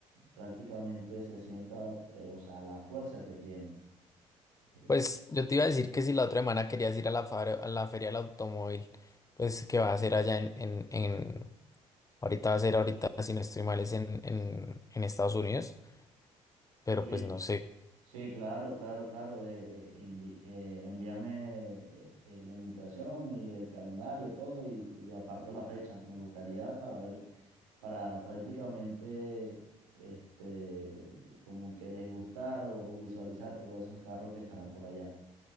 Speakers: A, on the right; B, on the left.
A: prácticamente se sienta, eh, o sea, la fuerza que tiene. Eh,
B: pues yo te iba a decir que si la otra semana querías ir a la, fare- a la feria del automóvil, pues que va a hacer allá en, en, en- ahorita va a ser ahorita, si no estoy mal, es en, en en Estados Unidos. Pero
A: sí,
B: pues no sé.
A: sí, claro, claro, claro. eh, eh, envi- eh, envíame eh, eh, la invitación y el calendario, todo, y, y aparto la fecha. Me gustaría para ver, para prácticamente, este, como que desgustar o o visualizar todos esos carros que estarán por allá.